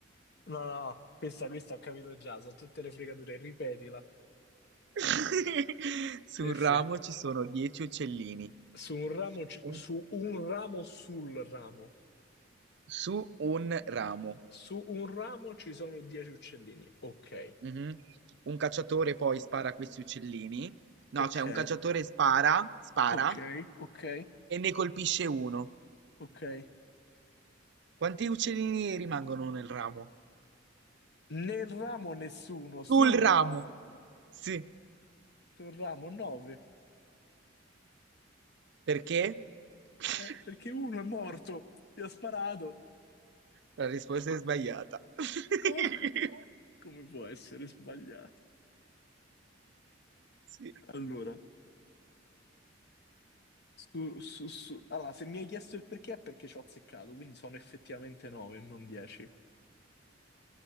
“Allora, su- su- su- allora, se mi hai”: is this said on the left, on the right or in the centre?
Left